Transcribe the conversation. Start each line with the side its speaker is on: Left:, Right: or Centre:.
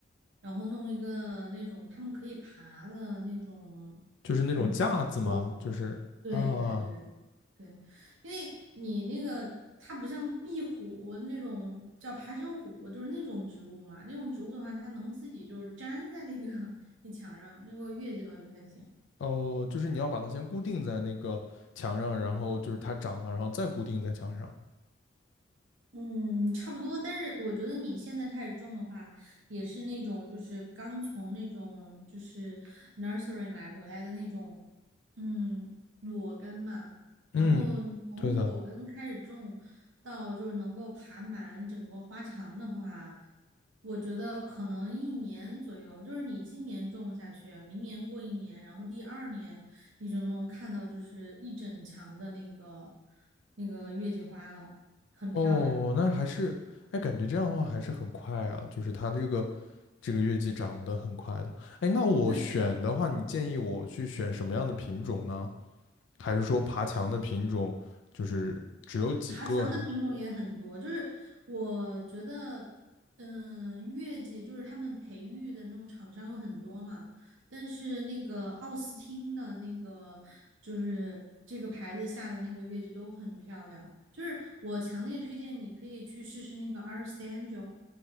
Right: 然后弄一个那种他们可以爬的那种。
Left: 就是那种架子吗？
Right: 嗯，网啊，
Left: 就是啊，
Right: 嗯对对对对对，因为你那个它不像壁虎那种叫爬山虎，就是那种植物嘛，那种植物的话，它能自己就是粘在那个 <laughs> 那墙上，那个月季的话就不太行。
Left: 哦，就是你要把它先固定在那个墙上，然后就是它长了，然后再固定在墙上。
Right: 嗯，差不多。但是我觉得你现在开始种的话，也是那种就是刚从那种就是 nursery 买回来的那种，嗯，裸根嘛。
Left: 嗯，
Right: 然后你从裸根开始种，
Left: 对的。
Right: 到就是能够爬满整个花墙的话，我觉得可能一年左右。就是你今年种下去，明年过一年，然后第二年你就能看到就是一整墙的那个那个月季花了。很漂亮的。
Left: 哦，那还是，哎，感觉这样的话还是很快啊，就是它这个这个月季长得很快的。哎，那我选的话，
Right: 对，
Left: 你建议我去选什么样的品种呢？还是说爬墙的品种就是只有几个呢？
Right: 爬墙的品种也很多，就是我觉得，嗯，月季就是他们培育的那种厂商有很多嘛，但是那个奥斯汀的那个就是这个牌子下的那个月季都很漂亮，就是我强烈推荐你可以去试试那个 a r s t Angel，